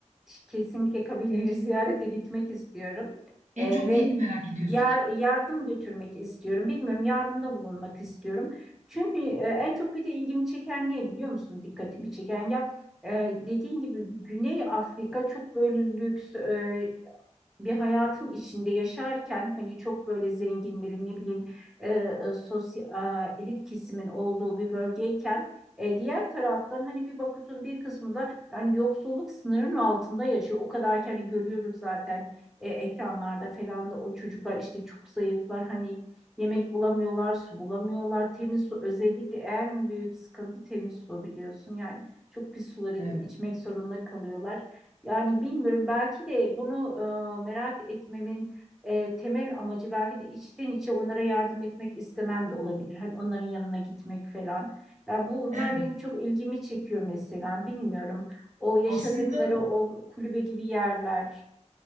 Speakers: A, in the centre; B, on the right (about 85°).
A: Kesinlikle kabileleri <laughs> ziyarete gitmek istiyorum. Ee,
B: en çok
A: ve
B: neyini merak ediyorsun?
A: yar- yardım götürmek istiyorum. Bilmiyorum yardımda bulunmak istiyorum. Çünkü e, en çok bir de ilgimi çeken ne biliyor musun? Dikkatimi çeken ya e, dediğin gibi Güney Afrika çok böyle lüks, e, bir hayatın içinde yaşarken hani çok böyle zenginlerin ne bileyim e, e, sosyal e, elit kesimin olduğu bir bölgeyken e, diğer taraftan hani bir bakıyorsun bir kısmı da yani yoksulluk sınırının altında yaşıyor. O kadar ki hani görüyoruz zaten e, ekranlarda falan da o çocuklar işte çok zayıflar hani yemek bulamıyorlar, su bulamıyorlar. Temiz su özellikle en büyük sıkıntı temiz su biliyorsun. Yani çok pis suları içmek
B: Evet.
A: zorunda kalıyorlar. Yani bilmiyorum belki de bunu e, merak etmemin e, temel amacı belki de içten içe onlara yardım etmek istemem de olabilir. Hani onların yanına gitmek falan. Ya bu bunlar
B: Evet.
A: benim çok ilgimi çekiyor mesela. Bilmiyorum. O yaşadıkları
B: Aslında
A: o kulübe gibi yerler.